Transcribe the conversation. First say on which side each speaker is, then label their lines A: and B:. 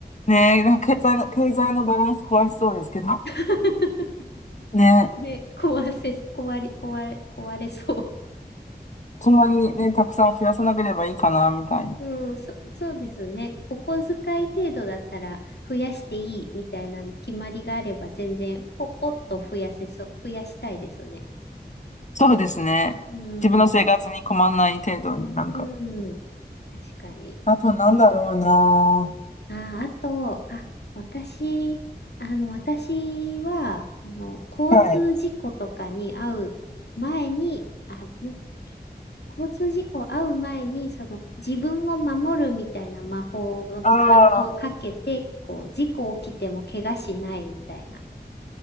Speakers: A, on the left (about 45°); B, on the left (about 75°).
A: ね、なんか経済の、経済のバランス壊しそうですけど、<laughs>
B: な。
A: ね、
B: で、壊せ、壊れ、壊れ、壊れそ
A: そんなにね、たくさん増やさなければいいかな、みたいな。
B: う。うん、そ、そうですね。お小遣い程度だったら増やしていいみたいな決まりがあれば全然ポッポッと増やせそう、増やしたいですね。
A: そうですね。
B: うん、
A: 自分の生活に困らない程度になんか。
B: うん、確かに。
A: あと、なんだろうな。
B: あー、あと、あ、私、あの、私は、あの、交通事故とかに遭う前に、
A: はい。
B: あ、なんだっけ、交通事故遭う前に、その、自分を守るみたいな魔法が、
A: あ
B: をかけて、
A: あ、
B: こう、事故起きても怪我しないみたいな。